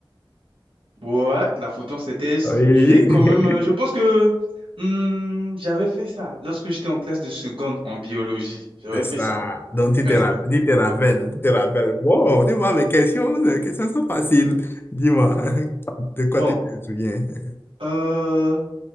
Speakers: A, on the right; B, on the left.
A: Ouais, la photo, c'était,
B: Oui.
A: j'ai quand même,
B: <laughs>
A: euh, je pense que hmm, j'avais fait ça lorsque j'étais en classe de seconde en biologie. J'avais
B: C'est ça.
A: fait ça.
B: Donc, tu
A: Mais
B: te rappelles, tu te rappelles, tu te rappelles. Wow, dis-moi mes questions, les questions sont faciles. Dis-moi, <laughs> de quoi
A: <laughs> bon,
B: tu te souviens? <laughs>
A: euh,